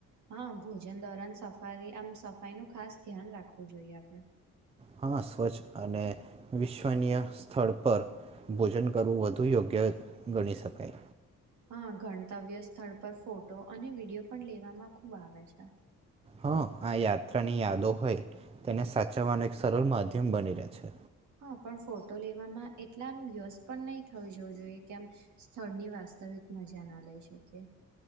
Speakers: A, on the right (about 70°); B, on the right (about 20°).
A: હા, ભોજન દોરાન સફારી આમ સફાઈનું ખાસ ધ્યાન રાખવું જોઈએ આપડે.
B: હા, સ્વચ્છ અને વિશ્વનીય સ્થળ પર ભોજન કરવું વધુ યોગ્ય ગણી શકાય.
A: હા, ગણતવ્ય સ્થળ પર ફોટો અને વિડીયો પણ લેવામાં ખુબ આવે છે.
B: હા, આ યાત્રા ની યાદો હોય એને સાચ ચવાનું એક સરલ માધ્યમ બની રહે છે.
A: હા, પણ ફોટો લેવામાં એટલામ વ્યસ્ત પણ નહી થયું જોવું જોઈએ કે આમ સ્થળની વાસ્તવિક મજા ના લઈ શકીએ.